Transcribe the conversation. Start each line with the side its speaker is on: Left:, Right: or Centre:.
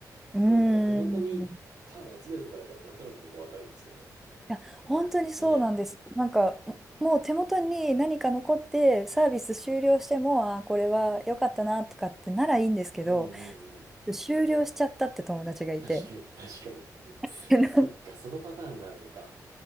Centre: うーん。
Right: ねえ、なんか手元にカード集めるとかだったらなんとなく僕はわかるんですけど、
Centre: いや、本当にそうなんです。
Right: ねえ。
Centre: なんか、もう手元に何か残って、サービス終了しても、あー、これは良かったなとかってならいいんですけど、
Right: うんうんうん。
Centre: 終了しちゃったって友達がいて。
Right: 確かに、確かに。
Centre: <laughs>
Right: そっか、そのパターンがあるのか。